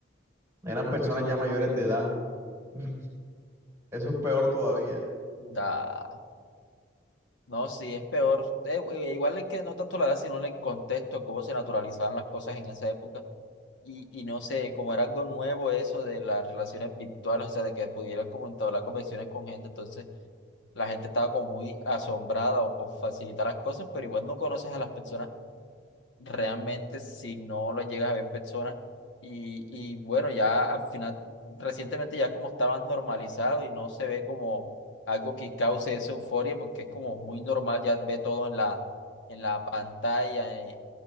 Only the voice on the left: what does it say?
Da, no, sí, es peor. Eh, eh, igual es que no tanto la edad, sino en el contexto, cómo se naturalizaban las cosas en esa época. Y, y no sé, como era algo nuevo eso de las relaciones virtuales, o sea, de que pudieras como entablar conversaciones con gente, entonces la gente estaba como muy asombrada o por facilitar las cosas, pero igual no conoces a las personas realmente si no lo llegas a ver en persona. Y, y bueno, ya al final, recientemente ya como está más normalizado y no se ve como algo que cause esa euforia, porque es como muy normal, ya ve todo en la, en la pantalla, eh,